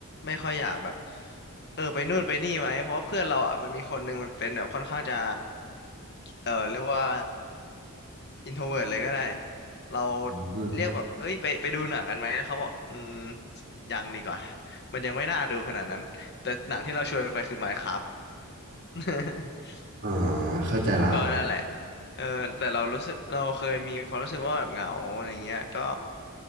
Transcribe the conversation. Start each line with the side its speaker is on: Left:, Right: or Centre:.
Left: ไม่ค่อยอยากแบบเออไปนู่นไปนี่ไหมเพราะว่าเพื่อนเราอ่ะมันมีคนหนึงมันเป็นแบบค่อนข้างจะเออเรียกว่าอินโทรเวิร์ตเลยก็ได้เรา
Right: อืม
Left: เรียกแบบเอ้ยไปไปดูหนังกันไหมเขาบอกอืมยังดีกว่ามันยังไม่น่าดูขนาดนั้นแต่หนังที่เราชวนไปคือ m i n e c r a f <laughs>
Right: อ่าเข้าใจละ
Left: ก็นั่นแหละเออแต่เรารู้สึกเราเคยมีความรู้สึกว่าแบบเหงาอะไรเงี้ยก็